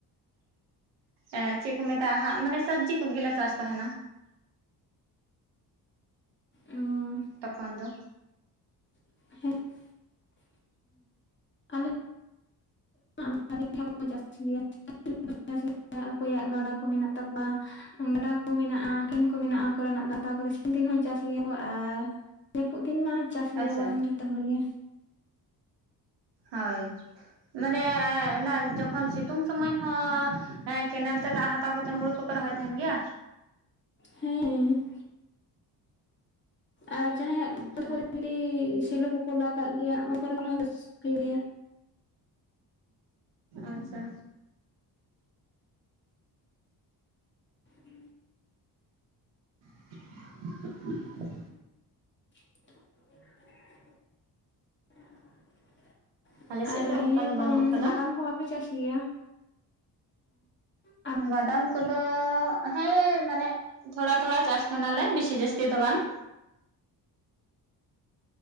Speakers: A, on the right; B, on the left.
A: ᱮ ᱪᱮᱫ ᱠᱚ ᱢᱮᱛᱟᱜ-ᱟ ᱦᱟᱸᱜ, ᱢᱟᱱᱮ ᱥᱚᱵᱽᱡᱤ ᱠᱚᱜᱮᱞᱮ ᱪᱟᱥ ᱛᱟᱦᱮᱱᱟ᱾
B: <inaudible> ᱳ ᱾
A: ᱛᱚᱠᱷᱚᱱ ᱫᱚ
B: <unintelligible> ᱟᱞᱮ <unintelligible> ᱚᱠᱚᱭᱟᱜ ᱜᱟᱰᱟ ᱠᱚ ᱢᱮᱱᱟᱜ ᱛᱟᱠᱚᱣᱟ ᱾ ᱜᱟᱰᱟ ᱠᱚ ᱢᱮᱱᱟᱜᱼᱟ ᱠᱮᱱᱮᱞ ᱠᱚ ᱢᱮᱱᱟᱜᱼᱟ ᱠᱚᱨᱮᱱᱟᱜ <unintelligible> ᱠᱚ ᱫᱤᱱ ᱦᱚᱸ ᱪᱟᱥ ᱜᱮᱭᱟ ᱠᱚ ᱟᱨ ᱡᱟᱹᱯᱩᱫ ᱫᱤᱱ ᱢᱟ ᱪᱟᱥ ᱜᱮᱭᱟᱵᱚᱱ
A: ᱟᱪᱪᱷᱟ
B: ᱡᱷᱚᱛᱚ ᱦᱚᱲ ᱜᱮ ᱾
A: ᱦᱳᱭ ᱢᱟᱱᱮ ᱚᱱᱟ ᱡᱚᱠᱷᱚᱱ ᱥᱤᱛᱩᱝ ᱥᱩᱢᱚᱭ ᱦᱚᱸ ᱮᱸ ᱠᱮᱱᱮᱞ ᱛᱮ ᱫᱟᱜ ᱦᱟᱛᱟᱣ ᱠᱟᱛᱮᱫ ᱦᱩᱲᱩ ᱠᱚᱯᱮ ᱨᱚᱦᱚᱭ ᱛᱟᱦᱮᱱ ᱜᱮᱭᱟ?
B: ᱦᱮᱸ ᱟᱨ ᱡᱟᱦᱟᱸᱭᱟᱜ
A: ᱟᱪᱪᱷᱟ
B: ᱠᱚᱨᱮ <unintelligible> ᱥᱮᱞᱚ ᱠᱚᱠᱚ ᱞᱟ ᱠᱟᱜ ᱜᱮᱭᱟ ᱚᱱᱟ ᱠᱚᱨᱮ ᱨᱟᱹᱥᱠᱟᱹᱭ ᱜᱮᱭᱟ ᱾
A: ᱟᱪᱪᱷᱟ
B: <inaudible>
A: <inaudible>
B: <inaudible>
A: ᱟᱞᱮ ᱥᱮᱫ
B: ᱟᱨ
A: ᱫᱚ ᱚᱱᱠᱟ
B: ᱤᱭᱟᱹ
A: ᱫᱚ
B: ᱠᱚ
A: ᱵᱟᱹᱱᱩᱜ ᱟᱠᱟᱫᱟ
B: ᱵᱟᱫᱟᱢ ᱠᱚ ᱵᱟᱯᱮ ᱪᱟᱥ ᱜᱮᱭᱟ ᱚᱸ
A: ᱵᱟᱫᱟᱢ ᱠᱚᱫᱚ ᱟᱦ ᱦᱮᱸ ᱢᱟᱱᱮ ᱛᱷᱚᱲᱟ ᱛᱷᱚᱲᱟ ᱪᱟᱥ ᱛᱟᱦᱮᱱᱟᱞᱮ ᱵᱤᱥᱤ ᱡᱟᱹᱥᱛᱤ ᱫᱚ ᱵᱟᱝ ᱾